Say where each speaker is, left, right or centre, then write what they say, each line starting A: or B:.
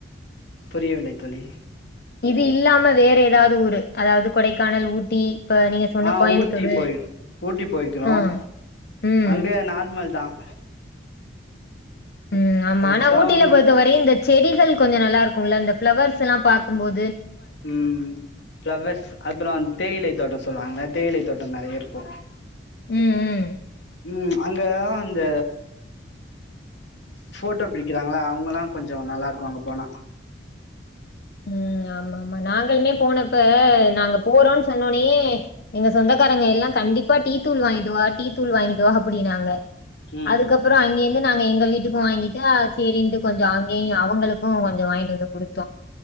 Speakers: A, on the left (about 70°); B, on the left (about 55°).
A: புரியோ வில்லை தோழி
B: இது இல்லாம வேற ஏதாவது ஊரு அதாவது கொடைக்கானல் ஊட்டி இப்ப நீங்க சொன்ன
A: ஆஹ்
B: கோயம்புத்தூரு
A: ஊட்டி போய் ஊட்டி போய்கிறோம்
B: ஆ ம்
A: அங்க நார்மல் தான்
B: உம் ஆமா
A: பெருசா
B: ஆனா ஊட்டியில
A: ஒண்ணு
B: பொத்த வரையும் இந்த செடிகள் கொஞ்சம் நல்லா இருக்கும் ந்த பிளவர்ஸ் எல்லாம் பார்கும்போது
A: உம் பிளவர்ஸ் அப்புறோ தேயிலை தோட்டோ சொல்லுவாங்கல்ல தேயிலை தோட்டம் நறைய இருக்கோ
B: உம் உம்
A: உம் அங்க அந்த போட்டோ பிடிக்கிறாங்கல அவுங்கெல்லா கொஞ்சோ நல்லா இருக்கோ அங்க போனா
B: உம் ஆமா ஆமா நாங்களுமே போனப்ப நாங்க போறோம்னு சொன்னோடனே எங்க சொந்தக்காரங்க எல்லா கண்டிப்பா டீ தூள் வாங்கிட்டு வா டீ தூள் வாங்கிட்டு வா அப்டின்னு சொன்னாங்க
A: ம்
B: அதுக்கப்புறோ அங்கேருந்து நாங்க எங்க வீட்டுக்கும் வாங்கிட்டு சேரின்டடு கொஞ்சோ அங்கேயு அவங்களுக்கும் கொஞ்சோ வாங்கிட்டு வந்து குடுத்தோ